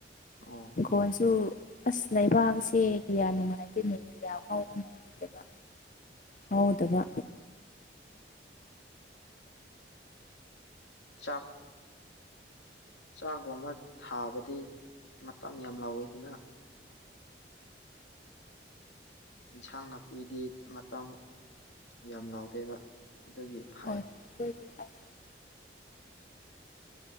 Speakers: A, on the left; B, on the left.
A: ꯑꯣ
B: ꯏꯟꯀꯣꯟꯁꯨ ꯑꯁ ꯂꯩꯕꯥꯛꯁꯦ ꯀꯌꯥ ꯅꯨꯡꯉꯥꯏꯇꯦꯅꯤ ꯀꯌꯥ ꯍꯥꯎꯕ ꯅꯨꯡꯉꯥꯏꯇꯕ
A: <inaudible>
B: ꯍꯧꯗꯕꯥ
A: ꯆꯥꯛ ꯆꯥꯛꯒꯨꯝꯕ ꯊꯥꯕꯗꯤ ꯃꯇꯝ ꯌꯥꯝ ꯂꯥꯎꯋꯦꯗꯅ ꯏꯟꯁꯥꯡ ꯅꯥꯄꯤꯗꯤ ꯃꯇꯝ ꯌꯥꯝ ꯂꯥꯎꯗꯦꯕ ꯑꯗꯨꯒꯤ ꯐꯩ
B: <unintelligible>